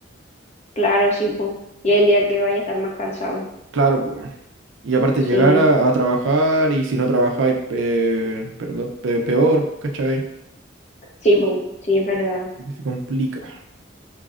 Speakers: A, on the left; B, on the right.
A: claro, sí, po. Y el día que vaya a estar más cansado.
B: Claro, Y aparte
A: Sí,
B: llegar a, a trabajar y si no trabajáis, pe- perdón, pe- peor, ¿cachai?
A: sí, po, sí, es verdad.
B: Y que se complica.